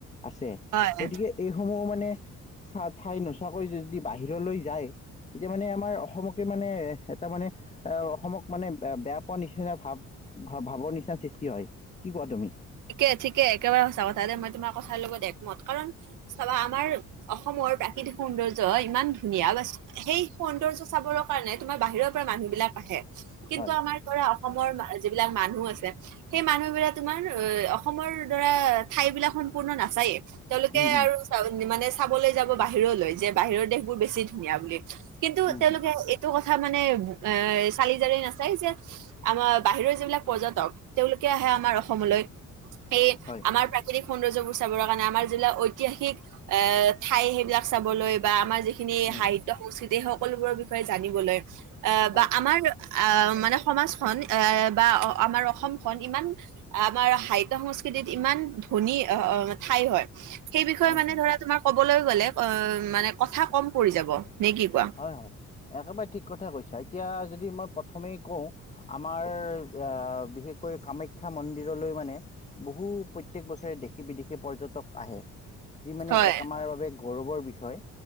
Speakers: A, on the left (about 25°); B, on the right (about 85°).
A: আছে।
B: হয়
A: গতিকে এইসমূহ মানে চা ঠাই নোচোৱাকৈ যদি বাহিৰলৈ যায় তেতিয়া মানে আমাৰ অসমকে মানে এটা মানে আহ অসমক মানে বে বেয়া পোৱা নিচিনা ভাৱ ভা ভাৱৰ নিচিনা সৃষ্টি হয় কি কোৱা তুমি
B: ঠিকে ঠিকে একেবাৰে সঁচা কথা দেই মই তোমাৰ কথ লগত একমত কাৰণ চাবা আমাৰ অসমৰ প্ৰাকৃতিক সৌন্দৰ্য ইমান ধুনীয়া বা সেই সৌন্দৰ্য চাবলক কাৰণে তোমাৰ বাহিৰৰ পৰা মানুহ বিলাক আহে। কিন্তু
A: হয়
B: আমাৰ কৰা অসমৰ মা যিবিলাক মানুহ আছে সেই মানুহ বিলাক তোমাৰ অ অসমৰ ধৰা ঠাই বিলাক সম্পূৰ্ণ নাচায়েই তেওঁলোকে
A: উম উম
B: আৰু চাওন মানে চাবলৈ যাব বাহিৰলৈ যে বাহিৰৰ দেশবোৰ বেছি ধুনীয়া বুলি কিন্তু
A: উম
B: তেওঁলোকে
A: হম
B: এই- টো কথা মানে এ চালি জাৰি নাচায় যে আমাৰ বাহিৰৰ যিবিলাক পৰ্যটক তেওঁলোকে আহে আমাৰ অসমলৈ সেই
A: হয়
B: আমাৰ প্ৰা- কৃতিক সৌন্দৰ্যবোৰ চাবৰ কাৰণে আমাৰ যিবিলাক ঐতিহাসিক এ ঠাই সেইবিলাক চাবলৈ বা আমাৰ যি- খিনি
A: উম
B: সাহিত্য‌ সংস্কৃতি সকলোবোৰৰ বিষয়ে জানিবলৈ এ
A: হয়
B: বা আমাৰ আহ মানে সমাজখন এ বা আমাৰ অসমখন ইমান আমাৰ সাহিত্য সংস্কৃতিত ইমান ধনী অহ অহ ঠাই হয় সেই বিষয়ে
A: হয়
B: মানে
A: হয়
B: ধৰা তোমাক ক'বলৈ গ'লে অ মানে কথা কম পৰি যাব নে কি কোৱা
A: হয় হয় একেবাৰে ঠিক কথা কৈছা এতিয়া যদি মই প্ৰথমেই কওঁ আমাৰ আ বিশেষকৈ কামাখ্যা মন্দিৰলৈ মানে বহু প্ৰত্যেক বছৰে দেশী-বিদেশী পৰ্যটক আহে যি মানে
B: হয়
A: এক আমাৰ বাবে গৌৰৱৰ বিষয়